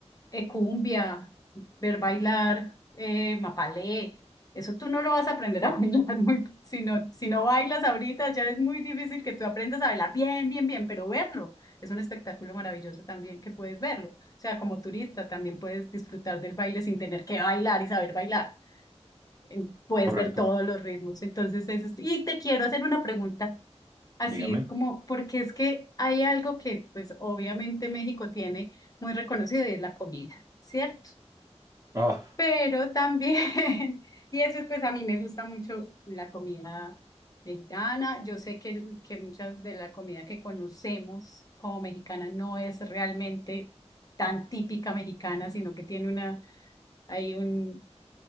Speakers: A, on the left; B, on the right.
A: eh, cumbia, ver bailar, eh, mapalé. Eso tú no lo vas a aprender a <laughs> bailar muy, si no, si no bailas ahorita, ya es muy difícil que tú aprendas a bailar bien, bien, bien, pero verlo es un espectáculo maravilloso también que puedes verlo. O sea, como turista también puedes disfrutar del baile sin tener que bailar y saber bailar. En- Puedes
B: Correcto.
A: ver todos los ritmos. Entonces, eso es- Y te quiero hacer una pregunta, así
B: Dígame.
A: como, porque es que hay algo que, pues, obviamente México tiene muy reconocido y es la comida, ¿cierto?
B: ah
A: pero también, <laughs> y eso pues a mí me gusta mucho la comida mexicana. Yo sé que, que muchas de la comida que conocemos como mexicana no es realmente tan típica mexicana, sino que tiene una, hay un,